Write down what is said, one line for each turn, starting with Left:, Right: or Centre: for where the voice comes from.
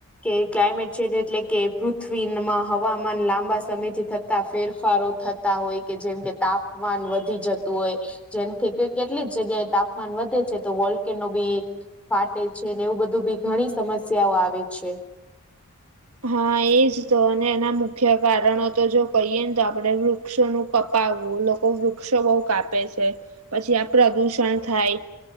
Centre: કે ક્લાયમેટ ચેન્જ એટલે કે, પૃથ્વીમાં હવામાન લાંબા સમયથી થત થતા ફેરફારો થતા હોય, કે જેમ કે તાપમાન વધી જતું હોય જેમકે કે કેટલી જગ્યાએ તાપમાન વધે છે તો વોલ્કેનો બી ફાટે છે, ને એવું બધું બી ઘણી સમસ્યાઓ આવે છે.
Right: હા એજ તો, અને એના મુ ખ્ય કારણો તો જો કહીએ ને તો આપડે વૃક્ષોનું કપાવવું, લોકો વૃક્ષો બહુ કાપે છે. પછી આ પ્રદુષણ થાય,